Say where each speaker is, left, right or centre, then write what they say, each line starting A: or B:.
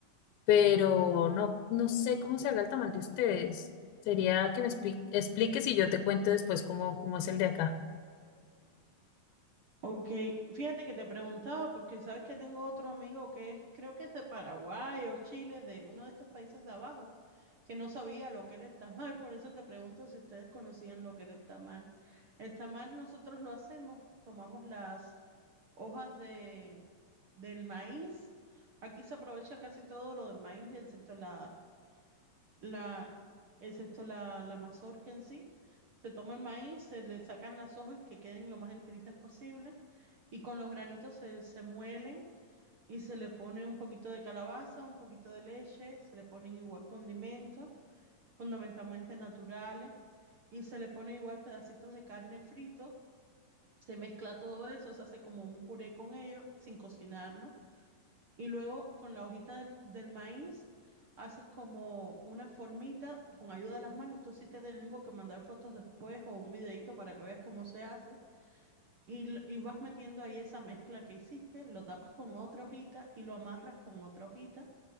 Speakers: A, on the left (about 80°); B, on the right (about 70°).
A: pero no, no sé cómo se haga el tamal de ustedes. Sería que me expli- expliques y yo te cuento después cómo, cómo es el de acá.
B: Ok, fíjate que te preguntaba porque sabes que tengo otro amigo que es, creo que es de Paraguay o Chile, de uno de estos países de abajo, que no sabía lo que era el tamal, por eso te pregunto si ustedes conocían lo que era el tamal. El tamal nosotros lo hacemos, tomamos las hojas de, del maíz, aquí se aprovecha casi todo lo del maíz, excepto la, la, excepto la, la mazorca en sí. Se toma el maíz, se le sacan las hojas que queden lo más enteritas posible y con los granitos se, se muelen y se le pone un poquito de calabaza, un poquito de leche, se le ponen igual condimentos, fundamentalmente naturales, y se le ponen igual pedacitos de carne frito, se mezcla todo eso, se hace como un puré con ello sin cocinarlo, y luego con la hojita del, del maíz haces como una formita con ayuda de las manos, esto sí te tengo que mandar fotos después o un videito para que veas cómo se hace y, l- y vas metiendo ahí esa mezcla que hiciste, lo tapas con otra hojita y lo amarras con otra hojita.